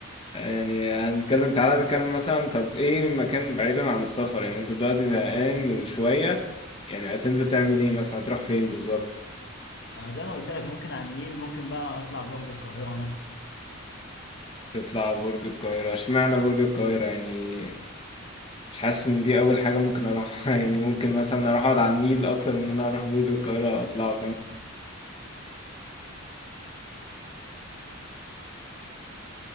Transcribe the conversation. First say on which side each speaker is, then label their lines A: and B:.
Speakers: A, on the left; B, on the left.
A: آه، يعني هنتكلم تعالى نتكلم مثلا طب ايه مكان بعيدا عن السفر يعني انت دلوقتي زهقان وشوية يعني هتنزل تعمل ايه مثلا هتروح فين بالظبط
B: أنا زي ما قلت لك ممكن على النيل ممكن بقى أطلع برج القاهرة مثلا
A: تطلع برج القاهرة اشمعنى برج القاهرة يعني مش حاسس ان دي اول حاجة ممكن اروحها <laughs> يعني ممكن مثلا اروح اقعد على النيل اكتر من ان انا اروح برج القاهرة اطلع